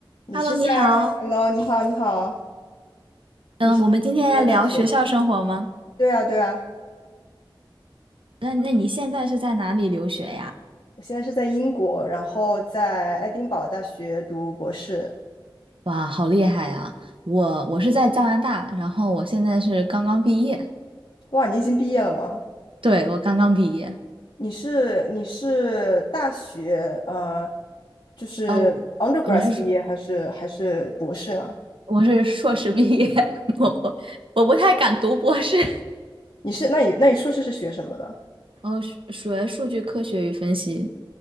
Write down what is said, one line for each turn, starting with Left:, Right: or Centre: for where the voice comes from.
Left: 你是在
Right: Hello，你好。
Left: Hello，你好，你好，
Right: 嗯，
Left: 你是在读的大学呀？
Right: 我们今天要聊学校生活吗？
Left: 对啊，对啊，
Right: 那那你现在是在哪里留学呀？
Left: 我现在是在英国，然后在爱丁堡大学读博士。
Right: 哇，好厉害呀！我我是在加拿大，然后我现在是刚刚毕业。
Left: 哇，你已经毕业了吗？
Right: 对，我刚刚毕业。
Left: 你是你是大学呃，就是
Right: 哦，
Left: undergrad
Right: 你是说
Left: 毕业还是还是博士啊？
Right: 我是硕士毕业？<laughs> 我不我不太敢读博士。
Left: 你是那你那你硕士是学什么的？
Right: 哦，学学数据科学与分析。